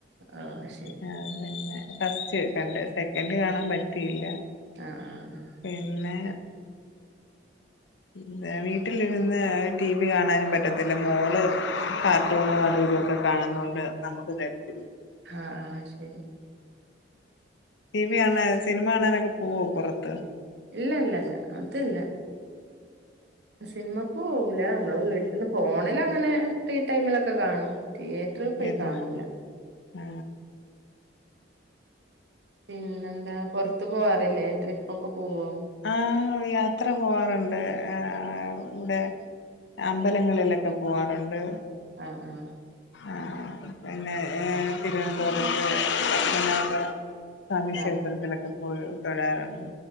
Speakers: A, on the right; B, on the left.
A: ആഹ് ശരി
B: ആഹ് പിന്നെ ഫസ്റ്റ് കണ്ട് സെക്കൻഡ് കാണാൻ പറ്റിയില്ല
A: ആഹ് ആഹ് ആഹ്
B: പിന്നെ
A: <inaudible>
B: എന്താ വീട്ടിലിരുന്ന് ടി വി കാണാനും പറ്റത്തില്ല മോള് കാർട്ടൂണും അതും ഇതൊക്കെ കാണുന്നോണ്ട് നമുക്ക് തരത്തില്ല
A: ആഹ് ആഹ് ശരി
B: ടി വി കാണാൻ സിനിമ കാണാനൊക്കെ പോവോ പുറത്ത്
A: ഇല്ല ഇല്ല ഇല്ല അതില്ല സിനിമക്ക് പോവൂല നമ്മള് വീട്ടിന്ന് ഫോണിൽ അങ്ങനെ ഫ്രീ ടൈമിലൊക്കെ കാണും തിയേറ്റ- റ്ററിൽ പോയി
B: ഇരുന്ന്
A: കാണൂല
B: ആ
A: പിന്നെന്താ പൊറത്ത് പോവാറില്ലേ ട്രിപ്പ് ഒക്കെ പോവോ
B: ആഹ് യാത്ര പോകാറുണ്ട് ആഹ് ആ ഇവ്ടെ അമ്പലങ്ങളിലൊക്കെ പോവാറുണ്ട്
A: ആഹ് ആഹ്
B: ആഹ് പിന്നെ തിരുവനന്തപുരത്ത് പത്മനാഭ സ്വാമി ക്ഷേത്രത്തിലൊക്കെ
A: ആ
B: പോയി തൊഴാറുണ്ട്